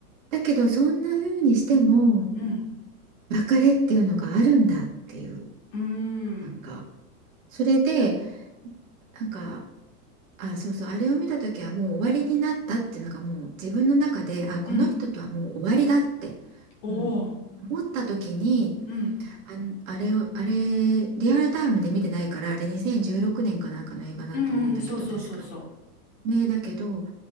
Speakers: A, on the right; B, on the left.
A: だけどそんな風にしても
B: うん。
A: 別れっていうのがあるんだっていう
B: うん。
A: なんかそれでなんかあ、そうそう、あれを見た時はもう終わりになったっていうのがもう自分の中で、あ、この人とはもう終わりだって
B: うん。おー。
A: もう思った時に、
B: うん。
A: あん、あれを、あれ、リアルタイムで見てないから、あれ2016年かなんかの映画だと思うんだけど、
B: うんうん。そうそうそうそ
A: 確か。ね、だけど、